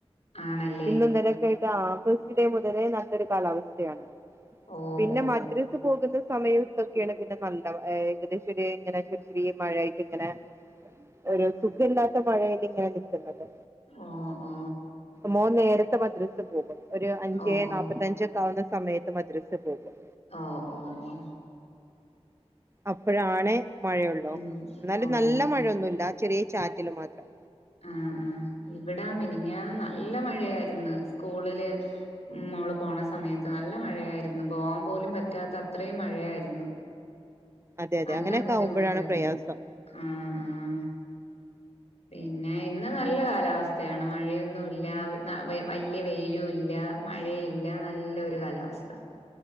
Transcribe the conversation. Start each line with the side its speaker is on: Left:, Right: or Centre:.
Left: ആണല്ലേ
Right: ഇന്ന് ഇന്നെലക്കായിട്ട് ആ ഫസ്റ്റ്ഡേ മുതലേ നല്ലൊരു കാലാവസ്ഥയാണ്.
Left: ഓ
Right: പിന്നെ
Left: ഓ
Right: മദ്രസ് പോകുന്ന സമയം ഇതൊക്കെയാണ് പിന്നെ നല്ല ഏകദേശ ഒരു ചെറി ചെറി മഴയായിട്ട് ഇങ്ങനെ ഒരു സുഖല്ലാത്ത മഴയിൽ ഇങ്ങനെ നിൽക്കുന്നത്.
Left: ആഹ് ആഹ്
Right: മോന് നേരത്തെ മദ്രസ് പോകും ഒരു അഞ്ചേ
Left: ഓ ഓ
Right: നാപ്പത്തിയഞ്ച് ഒക്കെ ആവുന്ന സമയത്ത് മദ്രസിൽ പോകും
Left: ആഹ് ആഹ് ആഹ് ആഹ്
Right: അപ്പഴാണ് മഴയുള്ളൂ
Left: ഉം
Right: ഇന്നാലും
Left: ഓ
Right: നല്ല
Left: ഓ
Right: മഴയൊന്നുല്ല ചെറിയ ചാറ്റല് മാത്രം
Left: ആഹ് ആഹ് ഇവിടാ മിനിഞ്ഞാന്ന് നല്ല മഴയായിരുന്നു സ്കൂള്ല് ഉം മോള് പോണ സമയത്ത് നല്ല മഴയായിരുന്നു പോവാൻ പോലും പറ്റാത്ത അത്രയും മഴയായിരുന്നു.
Right: അതെ അതെ
Left: നല്ല
Right: അങ്ങനെയൊക്കെ
Left: ബുദ്ധിമുട്ടായിരുന്നു
Right: ആവുമ്പോഴാണ് പ്രയാസം.
Left: ആഹ് ആഹ്. പിന്നെ ഇന്ന് നല്ല കാലാവസ്ഥയാണ് മഴയൊന്നുല്ല ന്ന വലൃയ വെയിലുല്ല. മഴയില്ല, നല്ലൊരു കാലാവസ്ഥ.